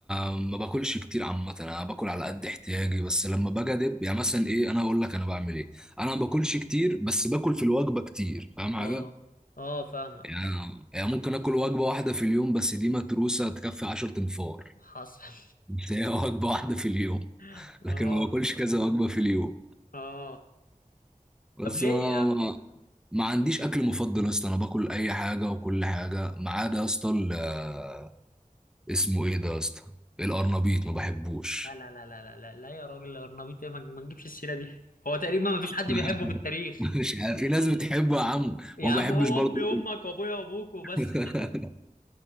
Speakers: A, in the centre; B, on the left.
A: ما باكلش كتير عامه انا باكل على قد احتياجي بس لما باجي ادب يعني مثلا ايه انا اقول لك انا بعمل ايه انا ما باكلش كتير بس باكل في الوجبه كتير فاهم حاجه
B: آه آه فاهمك
A: يعني
B: فاهمك.
A: يعني ممكن اكل وجبه واحده في اليوم بس دي متروسه تكفي 10 انفار
B: حصل
A: بس هي وجبه واحده في اليوم
B: <laughs>
A: لكن
B: آه
A: ما باكلش كذا وجبه في اليوم
B: آه
A: بس
B: طب ليه
A: ما,
B: يا عم؟
A: ما ما عنديش اكل مفضل يا اسطى انا باكل اي حاجه وكل حاجه ما عدا يا اسطى ال- آه، اسمه ايه ده يا اسطى القرنبيط ما بحبوش
B: لا لا لا لا لا لا لا يا راجل الأرنبيط إيه؟ ما ما تجيبش السيرة دي هو تقريبا مفيش حد
A: <laughs>
B: بيحبه في التاريخ
A: مش عارف في ناس بتحبه يا عم
B: يا
A: وما
B: عم
A: بحبش
B: هو
A: برضه
B: أمي وأمك وأبويا وأبوك وبس
A: <laughs>
B: كده